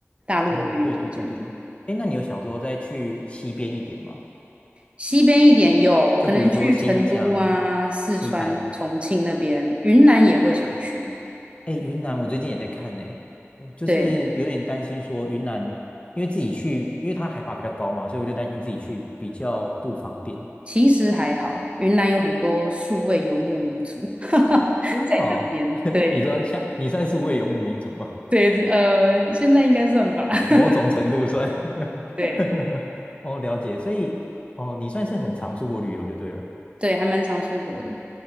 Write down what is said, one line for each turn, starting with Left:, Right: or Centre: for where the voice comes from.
Right: 大陆的朋友推荐的。
Left: 哦，对对对对对。哎，那你有想说再去西边一点吗？
Right: 西边一点有，可能去成都啊、
Left: 就比如说新疆、
Right: 四川、
Left: 西安。
Right: 重庆那边，云南也会想去。
Left: 哎，云南我最近也在看呢，我就是有点担心说云南，
Right: 对，
Left: 因为自己去，因为它海拔比较高嘛，所以我就担心自己去比较不方便。
Right: 其实还好，云南有很多数位游牧民族，<laughs> 那
Left: 真的哦，
Right: 边对
Left: <laughs> 你说像你算是数位游牧民族吗？
Right: 对，呃，现在应该算吧。<laughs>
Left: 某种程度算。<laughs>
Right: 对
Left: 哦，了解。所以，哦，你算是很常出国旅游就对了。
Right: 对，还蛮常出国的。